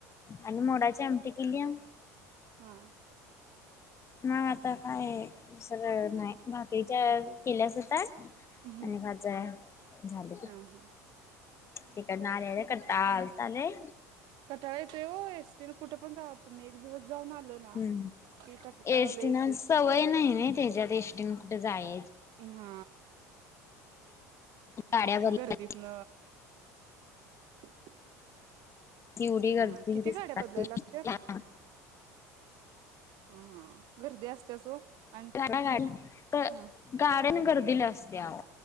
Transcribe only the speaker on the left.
आणि मोडाची आमटी केलीया
नाय आता दुसर नाही बाकीच्या केल्या असाल ताट
आणि भाज झालंकी
तिकडं आल्या आल्या कंटाळा आलता लय
हम
एसटीनं
सवय नाही ना त्याच्यात एस त्यांना कुठ जाय
गाड्या बदलायची
एवढी गर्दी
दिसत्या
की
<unintelligible>
<unintelligible> ग
गाड्याना गर्दी दिलं असत्याव